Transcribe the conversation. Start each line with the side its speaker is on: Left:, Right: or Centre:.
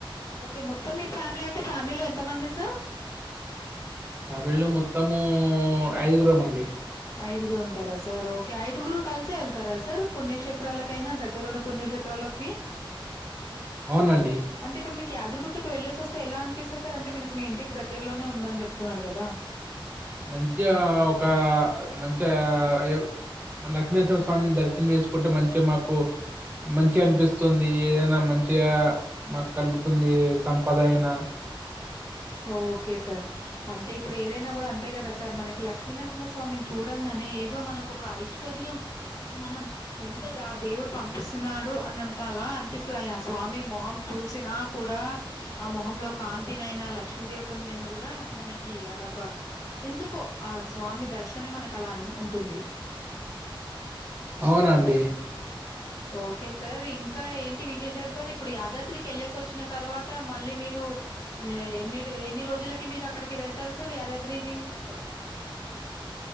Left: ఓకే మొత్తం ఫ్యామిలీ అంటే ఫ్యామ్లిలో ఎంత మంది సార్
Right: మా ఇళ్లో మొత్తమూ ఐదుగురం అండి
Left: ఐదుగురు ఉంటార సార్ ఓకే ఐదుగురు కలిసే వెళ్తార సర్ పుణ్యక్షేత్రాలకైనా దగ్గరున్న పుణ్యక్షేత్రాలకి
Right: అవునండి
Left: అంటే ఇప్పుడు మీకు యాదరిగుట్టకి వెళ్లేేసి వస్తే ఎలా చూపిస్తా సార్ అంటే మీకు మీ ఇంటికి దగ్గరలోనే ఉందని చెప్తున్నారు కదా
Right: మంచిగా ఆ ఒక మంచి చా ఏవ్ మ లక్ష్మీేశ్వర స్వామిని దర్శనం చేసు ఫుడ్ మంచిగా మాకు మంచి అనిపిస్తుంది ఏదైన మం చిగా మాక్ కలుగుతుంది ఏ సంపదైనా
Left: ఓకె సార్ అంటే ఇప్పుడు ఏదైనా కూడా అంతే కదా సర్ మనకి లక్ష్మీనరసింహ స్వామిని చూడంగానే ఏదో మనకు ఒక ఐశ్వర్యం మనం వెంట ఆ దేవుడు పంపిస్తున్నాడు అన్నంత అలా అనిపిస్తుంది ఆ స్వామి మొహం చూసినా కూడా ఆ మొహంలో కాంతిినైనా లక్ష్మీ దేవత నైనా కూడా మనకి అదొక ఎందుకో ఆ స్వామి దర్శనమే మనకు అలా అన్ ఉం ఉంటుంది.
Right: అవునండి.
Left: ఓకే సార్ ఇంకా ఏంటి విశేషాలు సార్. ఇప్పుడు యాదాద్రికి వెళ్ళేసి వచ్చిన తర్వాత మళ్ళీ మీరు ఎన్ని డే ఎన్ని రోజులకి మీరు అక్. అక్కడికి వెళ్తారు సార్ యాదాద్రిది. ఉమ్.